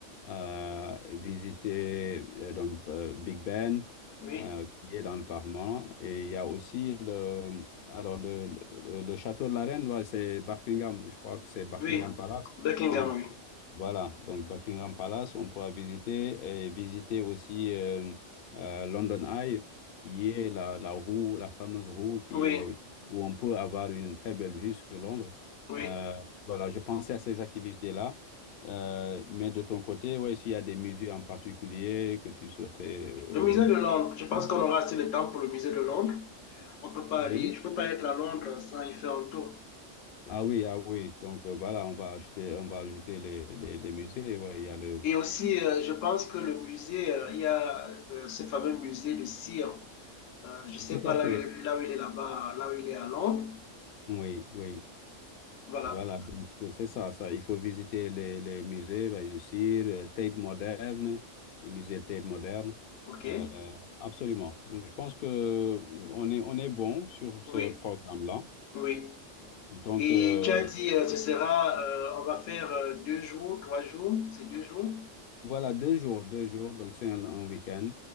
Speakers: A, on the left; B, on the left.
A: euh, visiter euh, donc euh, Big Ben
B: Oui,
A: euh, qui est dans le Parlement, et il y a aussi le alors le, le, le château de la Reine, ouais, c'est Buckingham, je crois que c'est Buckingham
B: oui,
A: Palace,
B: Buckingham,
A: oui.
B: oui.
A: Voilà, donc Buckingham Palace, on pourra visiter et visiter aussi euh, euh, London Eye, qui est la, la roue, la fameuse roue qui
B: Oui,
A: est, où on peut avoir une très belle vue sur Londres.
B: oui.
A: Euh, voilà, je pensais à ces activités-là. Euh, mais de ton côté, ouais, s'il y a des musées en particulier que tu souhaiterais. euh,
B: Le musée de Londres, je pense
A: visiter.
B: qu'on aura assez de temps pour le musée de Londres. On peut pas
A: oui.
B: aller, je peux pas être à Londres sans y faire un tour.
A: Ah oui, ah oui. Donc euh, voilà, on va acheter, on va ajouter les, les, les musées. Ouais, il y a le.
B: Et aussi, euh, je pense que le musée, euh, il y a euh, ce fameux musée de cire. Euh, je ne sais
A: Tout
B: pas
A: à
B: là
A: fait.
B: où, il est- là où il est là-bas, là où il est à Londres.
A: Oui, oui.
B: Voilà.
A: Voilà, donc c'est c'est ça, ça. Il faut visiter les, les musées, bien sûr, euh, Tate moderne, le musée Tate moderne.
B: OK.
A: Euh, absolument. Je pense que euh, on est, on est bon sur ce
B: Oui,
A: programme-là.
B: oui.
A: Donc,
B: Et
A: euh,
B: tu as dit, euh, ce sera, euh, on va faire euh, deux jours, trois jours, c'est deux jours.
A: voilà, deux jours, deux jours. Donc, c'est un, un week-end.